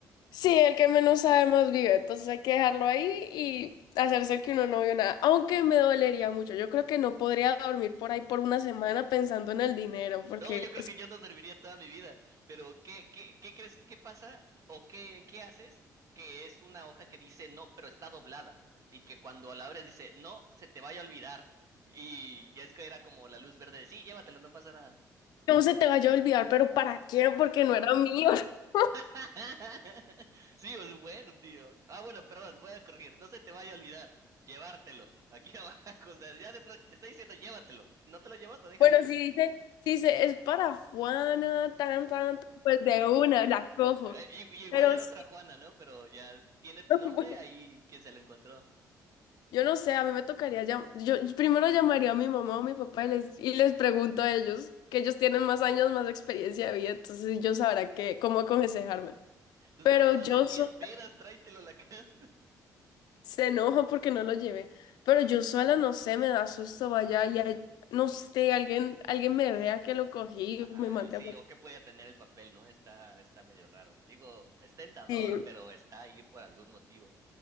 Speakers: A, on the left; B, on the right.
A: Sí, el que menos sabe más vive, entonces hay que dejarlo ahí y hacerse que uno no vio nada, aunque me dolería mucho. Yo creo que no podría dormir por ahí por una semana pensando en el dinero, porque
B: No, yo creo
A: es
B: que yo no dormiría toda mi vida, pero ¿qué, qué, qué crees que pasa o qué, qué haces que es una hoja que dice no, pero está doblada y que cuando la abres dice no, se te vaya a olvidar y ya es que era como la luz verde de sí, llévatelo, no pasa nada.
A: no se te vaya a olvidar, pero ¿para qué? Porque no era mío. <laughs>
B: <laughs> Sí, es bueno, tío. Ah, bueno, perdón, voy a corregir, no se te vaya a olvidar, llevártelo, aquí <laughs> abajo, o sea, ya de pla- te está diciendo llévatelo, no te lo llevas, lo dejas
A: Bueno,
B: ahí.
A: si dice, si dice, es para Juana, tan, tan, tan", pues de una, la cojo.
B: Eh, Y, y igual
A: Pero
B: era
A: sí,
B: otra Juana, ¿no? Pero ya tiene tu
A: <laughs>
B: nombre, ahí quien se lo encontró.
A: Yo no sé, a mí me tocaría llam- yo primero llamaría a mi mamá o mi papá y les, y les pregunto a ellos, que ellos tienen más años, más experiencia de vida, entonces ellos sabrán qué, cómo aconsejarme.
B: Tus
A: Pero
B: papás,
A: yo
B: ¿de ¿qué
A: so-
B: esperas? Tráetelo a la <laughs> casa.
A: se enoja porque no lo llevé. Pero yo sola no sé, me da susto, vaya, y hay- no sé, alguien, alguien me vea que lo cogí,
B: Ajá,
A: y me mande
B: sí,
A: a...
B: o qué puede tener el papel, ¿no? Está, está medio raro. Digo, es tentador,
A: Sí,
B: pero está ahí por algún motivo.